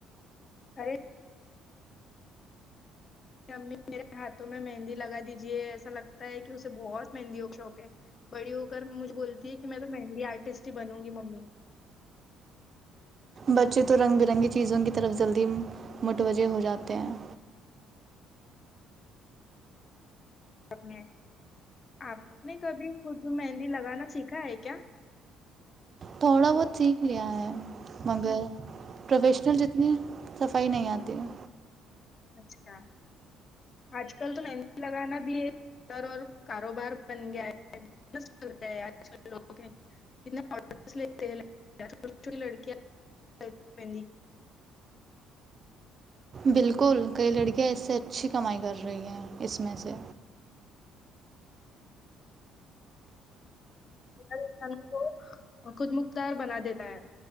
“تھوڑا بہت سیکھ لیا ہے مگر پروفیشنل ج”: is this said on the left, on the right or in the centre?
Right